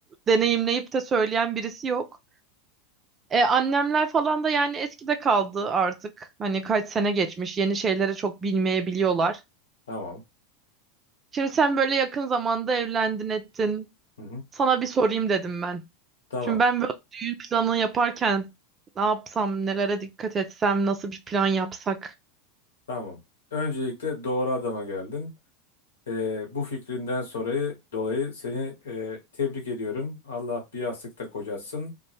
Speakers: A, on the right (about 25°); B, on the left (about 75°).
A: deneyimleyip de söyleyen birisi yok. E, annemler falan da yani eskide kaldı artık. Hani kaç sene geçmiş yeni şeylere çok bilmeyebiliyorlar.
B: tamam.
A: Şimdi sen böyle yakın zamanda evlendin ettin.
B: Hı hı.
A: Sana bir sorayım dedim ben.
B: Tamam.
A: Şimdi ben böyle düğün planı yaparken ne yapsam, nelere dikkat etsem, nasıl bir plan yapsak.
B: Tamam. Öncelikle doğru adama geldin. Ee, bu fikrinden sonra dolayı seni e, tebrik ediyorum. Allah bir yastıkta kocatsın.